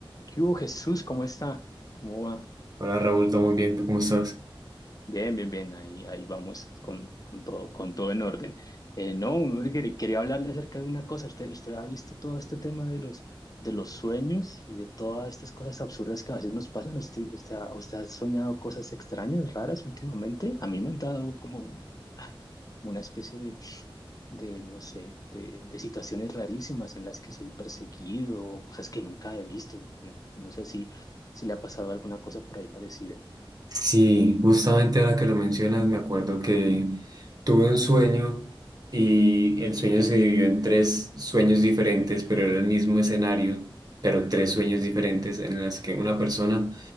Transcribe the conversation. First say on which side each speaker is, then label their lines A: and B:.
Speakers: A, on the left; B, on the right.
A: ¿Qué hubo, Jesús? ¿Cómo está? ¿Cómo va?
B: Hola Raúl, todo muy bien, ¿tú cómo estás?
A: Bien, bien, bien. Ahí, ahí vamos con, con todo, con todo en orden. Eh, no, hombre, quer- quería hablarle acerca de una cosa. Usted, usted ha visto todo este tema de los, de los sueños y de todas estas cosas absurdas que a veces nos pasan. ¿Usted, usted, ha- usted ha soñado cosas extrañas, raras últimamente? A mí me han dado como, como una especie de, de, no sé, de, de situaciones rarísimas en las que soy perseguido o cosas que nunca he visto. Eh, No sé si, si le ha pasado alguna cosa por ahí parecida.
B: Sí, justamente ahora que lo mencionas, me acuerdo que tuve un sueño y el sueño se dividió en tres sueños diferentes, pero era el mismo escenario, pero tres sueños diferentes en las que una persona